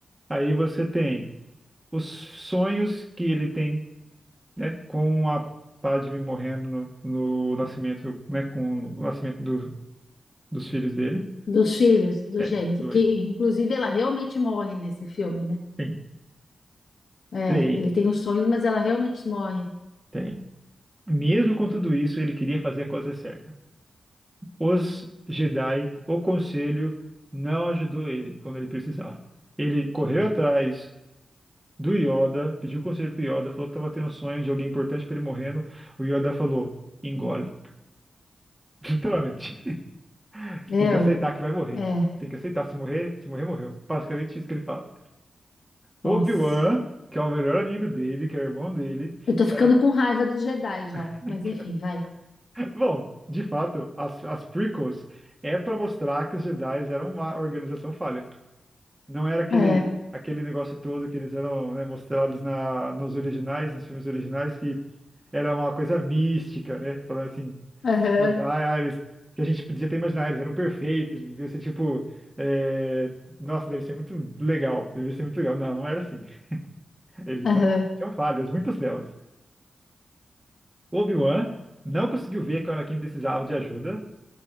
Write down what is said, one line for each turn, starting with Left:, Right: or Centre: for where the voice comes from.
Right: Aí você tem os sonhos que ele tem, né, com a Padme morrendo no, no nascimento, né, com o nascimento do- dos filhos dele.
Left: Dos filhos, dos
Right: É,
Left: gêmeos,
Right: dois.
Left: que inclusive ela realmente morre nesse filme, né?
Right: Tem,
Left: É,
Right: três,
Left: ele tem os sonhos, mas ela realmente morre.
Right: tem. Mesmo com tudo isso, ele queria fazer a coisa certa. Os Jedi, o Conselho, não ajudou ele quando ele precisava. Ele correu atrás do Yoda, pediu conselho pro Yoda, falou que estava tendo sonho de alguém importante para ele morrendo. O Yoda falou: engole. <laughs> Literalmente. Você
Left: Meu,
Right: tem que aceitar que vai morrer.
Left: é,
Right: Tem que aceitar. Se morrer, se morrer, morreu. Basicamente isso que ele fala. Obi-Wan,
Left: nossa.
Right: que é o melhor amigo dele, que é o irmão dele,
Left: Eu tô
Right: que
Left: ficando
Right: era.
Left: com raiva dos Jedi já,
Right: <laughs>
Left: mas enfim, vai.
Right: Bom, de fato, as, as prequels é para mostrar que os Jedi eram uma organização falha. Não era aquele,
Left: É,
Right: aquele negócio todo que eles eram, né, mostrados na, nos originais, nos filmes originais, que era uma coisa mística, né? Falando assim,
Left: aham,
Right: Jedi, ah, eles, que a gente podia até imaginar, eles eram perfeitos, eles deviam ser tipo, é, nossa, deve ser muito legal, devia ser muito legal. Não, não era assim. Eles
Left: aham,
Right: não, eles tinham falhas, muitas delas. Obi-Wan não conseguiu ver que o Anakin precisava de ajuda